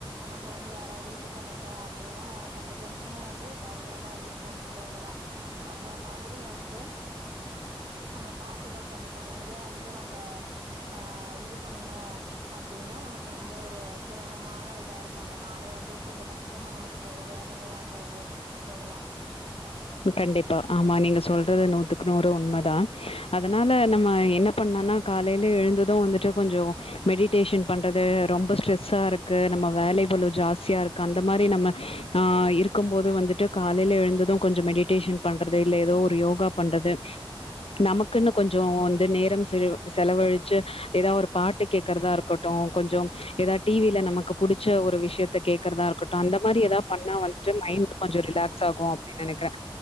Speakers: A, on the right; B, on the left.
A: நம்ப வந்து யாராவது இது பண்ணிட்டோ அப்டினா நமக்கு அந்த டென்ஷனே வந்து பயங்கரமா இருக்கு இல்லைங்களா அந்த மாதிரி வந்துட்டு நம்ப பாத்துதா கொண்டு போணு இதே வந்துட்டு நம்ப ஆ இது பண்ணு அப்டினா நமக்கு ரொம்ப ஒரு சிரமம் மான இதா இருக்கு அந்த நாளே வந்து கொஞ்ச கஷ்டமா நமக்கு போகு வேதனையா போகு இல்லைங்களா
B: கண்டிப்பா ஆமா நீங்க சொல்றது நூத்துக்கு நூறு உண்மைதா அதனால நம்ம என்ன பண்ணனா காலைல எழுந்தது வந்துட்டு கொஞ்சோ மெடிடேஷன் பண்றது ரொம்ப ஸ்ட்ரெஸ்ஸா இருக்கு நம்ம வேலை பொலவு ஜாஸ்தியா இருக்கு அந்த மாதிரி நம்ம ஆ இருக்கும் போது வந்துட்டு காலைல எழுந்ததும் கொஞ்சம் மெடிேஷன் பண்றது இல்ல ஏதோ ஒரு யோகா பண்றது நமக்குன்னு கொஞ்சோ இந்த நேரம் செல செலவழிச்சு ஏதா ஒரு பாட்டு கேக்றதா இருக்கட்டு கொஞ்சம் ஏதா டி வி ல நமக்கு புடிச்ச ஒரு விஷயத்த கே க்றதா இருக்கட்டு அந்த மாரி ஏதா பண்ணா வந்துட்டு மைண்ட் கொஞ்ச ரிலாக்ஸ் ஆகு அப்டினு நெனைக்றே